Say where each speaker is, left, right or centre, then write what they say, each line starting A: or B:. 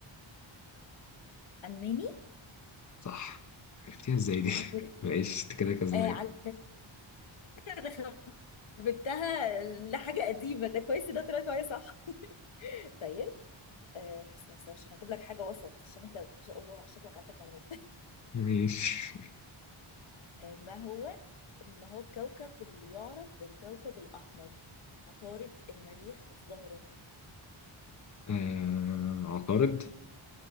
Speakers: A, on the left; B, on the left.
A: الماني
B: صح عرفتيها ازاي دي؟ <laughs>
A: هنغري
B: ماشي انت كده كسبانة
A: آه على فكرة خربتها لحاجه قديمه ده كويس إن ده طلعت معايا صح <laughs> طيب آه، استنى استنى عشان هجيب لك حاجة وسط عشان انت ما شاء الله على شكلك عندك معلومات
B: ماشي
A: <laughs> آه، ما هو ما هو الكوكب اللي يعرف بالكوكب الأحمر عطارد المريخ الزهرة
B: آه عقارب